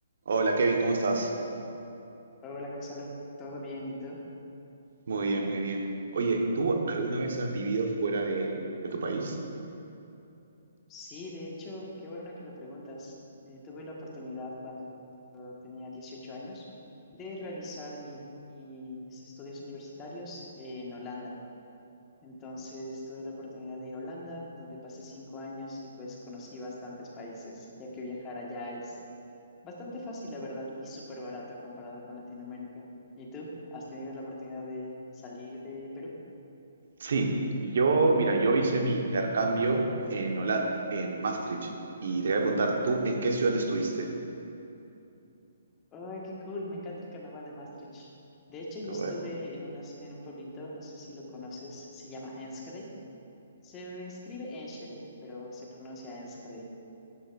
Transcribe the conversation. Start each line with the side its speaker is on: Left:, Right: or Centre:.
Right: Hola Kevin, ¿cómo estás?
Left: Hola Gonzalo, ¿todo bien? ¿Y tú?
Right: Muy bien, muy bien. Oye, ¿tú alguna vez has vivido fuera de, de tu país?
Left: Sí, de hecho, qué bueno que lo preguntas. Eh, tuve la oportunidad cuando tenía 18 años de realizar mi- mis estudios universitarios en Holanda. Entonces tuve la oportunidad de ir a Holanda, donde pasé cinco años y pues conocí bastantes países, ya que viajar allá es bastante fácil, la verdad, y súper barato comparado con Latinoamérica. ¿Y tú? ¿Has tenido la oportunidad de salir de Perú?
Right: Sí, yo, mira, yo hice mi intercambio en Holanda, en Maastricht, y te voy a preguntar, ¿tú en qué ciudad estuviste?
Left: Ay, qué cool, me encanta el carnaval de Maastricht. De hecho, yo
Right: Qué bueno.
Left: estuve en, unas- en un pueblito, no sé si lo conoces, se llama Enschede. Se escribe Enschede, pero se pronuncia Enschede.